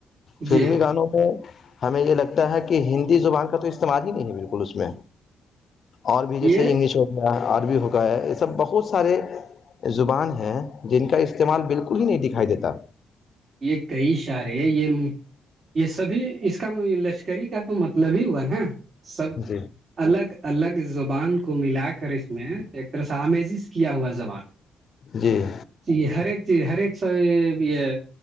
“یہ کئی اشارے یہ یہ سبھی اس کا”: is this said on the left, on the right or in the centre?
Right